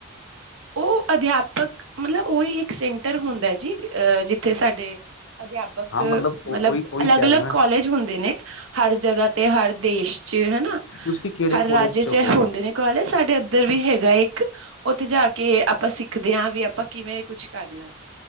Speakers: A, on the right (about 90°); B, on the left (about 75°).
A: ਉਹ ਅਧਿਆਪਕ, ਮਤਲਬ ਉਹੀ ਇੱਕ ਸੈਂਟਰ ਹੁੰਦਾ ਜੀ ਅ ਜ ਉੱਥੇ ਸਾਡੇ ਅਧਿਆਪਕ,
B: ਹਾਂ ਉਹੀ
A: ਮਤਲਬ
B: ਉਹੀ
A: ਅਲੱਗ,
B: ਕਹਿ
A: ਅਲੱਗ
B: ਰਿਹਾ
A: ਕਾਲਜ
B: ਨਾ
A: ਹੁੰਦੇ ਨੇ ਹਰ ਜਗ੍ਹਾ ਤੇ ਹਰ ਦੇਸ਼ ਚ ਹੈਨਾ,
B: ਤੁਸੀਂ ਕਿਹੜੇ
A: ਹਰ
B: ਕੋਲਜ
A: ਰਾਜੇ ਚ
B: ਹੋ
A: ਹੁੰਦੇ ਨੇ ਕਲਜ ਸਾਡੇ ਉਧਰ ਵੀ ਹੈਗਾ ਇੱਕ, ਉੱਥੇ ਜਾ ਕੇ ਆਪਾਂ ਸਿੱਖ ਰਖਦੇ ਹਾਂ ਵੀ ਆਪਾਂ ਕਿਵੇਂ ਇਹ ਕੁਛ ਕਰਨਾ